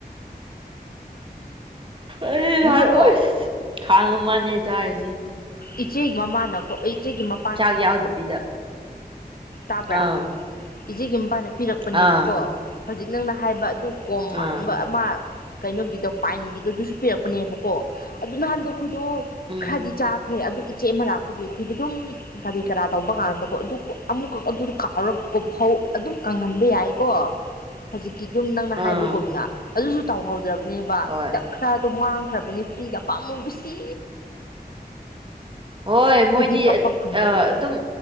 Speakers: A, on the right (about 30°); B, on the left (about 65°).
A: ꯑꯩ
B: ꯅꯍꯥꯟꯀꯣ
A: ꯍꯔꯣꯏ ꯈꯥꯡ ꯑꯃꯥꯟꯅꯦ ꯆꯥꯔꯤꯁꯦ
B: ꯏꯆꯦꯒꯤ ꯃꯃꯥꯅꯀꯣ ꯑꯩ ꯏꯆꯦꯒꯤ ꯃ
A: ꯆꯥꯛ ꯌꯥꯎꯗꯕꯤꯗ
B: ꯇꯥꯕ꯭ꯔꯥ
A: ꯑꯥ
B: ꯏꯆꯦꯒꯤ ꯃꯄꯥꯅ ꯄꯤꯔꯛꯄꯅꯦꯕꯀꯣ
A: ꯑꯥ
B: ꯍꯧꯖꯤꯛ ꯅꯪꯅ ꯍꯥꯏꯕ ꯑꯗꯨ ꯀꯣꯝ
A: ꯑꯥ
B: ꯑꯃ ꯀꯩꯅꯣꯒꯤꯗꯣ ꯄꯥꯏꯟꯒꯤꯗꯣ ꯑꯗꯨꯁꯨ ꯄꯤꯔꯛꯄꯅꯦꯕꯀꯣ ꯑꯗꯨ ꯅꯍꯥꯟꯗꯣ ꯈꯗꯣ
A: ꯎꯝ
B: ꯈꯔꯗꯤ ꯆꯥꯛ ꯐꯦ ꯑꯗꯨ ꯏꯆꯦ ꯑꯃ ꯂꯥꯛꯄꯒꯤ ꯑꯩꯈꯣꯏꯗꯤ ꯑꯗꯨꯝ ꯀꯔꯤ ꯀꯔꯥ ꯇꯧꯕ ꯀꯥꯟꯗꯀꯣ ꯑꯗꯨ ꯑꯃꯨꯛꯀ ꯑꯗꯨꯗꯣ ꯀꯥꯎꯔꯒꯀꯣ ꯐꯧ ꯑꯗꯨꯝ ꯀꯪꯍꯟꯕ ꯌꯥꯏꯀꯣ ꯍꯧꯖꯤꯛꯀꯤ ꯑꯗꯨꯝ ꯅꯪꯅ
A: ꯑꯥ
B: ꯍꯥꯏꯕꯒꯨꯝꯅ ꯑꯗꯨꯁꯨ ꯇꯧꯍꯧꯗ꯭ꯔꯕꯅꯦꯕ
A: ꯍꯣꯏ
B: ꯈꯤꯇꯪ ꯈꯔꯗꯣ ꯃꯥꯡꯈ꯭ꯔꯕꯅꯤ ꯐ꯭ꯔꯤꯗ ꯄꯥꯝꯃꯨꯕꯁꯤ
A: ꯍꯣꯏ ꯃꯣꯏꯗꯤ
B: ꯄꯛꯄ
A: ꯑ
B: ꯐꯪꯗꯕꯒꯤ
A: ꯑꯗꯨꯝ